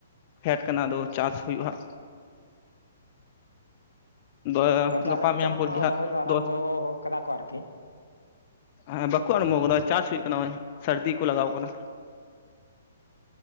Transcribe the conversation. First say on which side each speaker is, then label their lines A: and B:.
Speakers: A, on the left; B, on the left.
A: ᱯᱷᱮᱰ ᱠᱟᱱᱟ ᱟᱫᱚ ᱪᱟᱥ ᱦᱩᱭᱩᱜᱼᱟ ᱦᱟᱜ ᱵᱟ
B: ᱚᱱᱠᱟ
A: ᱜᱟᱯᱟ
B: ᱟᱞᱮ
A: ᱢᱮᱭᱟᱝ
B: ᱥᱮᱫ
A: ᱯᱚᱨ
B: ᱦᱚᱸ
A: ᱜᱮ ᱦᱟᱸᱜ
B: ᱨᱚᱦᱚᱭ ᱫᱚ ᱟᱨᱟᱢᱵᱚ
A: ᱫᱚᱥ
B: ᱠᱟᱫᱟ ᱠᱚ ᱟᱨᱠᱤ
A: ᱦᱮᱸ ᱵᱟᱠᱚ ᱟᱲᱚᱢᱚ ᱠᱟᱫᱟ ᱪᱟᱥ ᱦᱩᱭᱩᱜ ᱠᱟᱱᱟ ᱱᱚᱜ-ᱚᱭ ᱥᱟᱹᱨᱫᱤ ᱠᱚ ᱞᱟᱜᱟᱣ ᱠᱟᱱᱟ᱾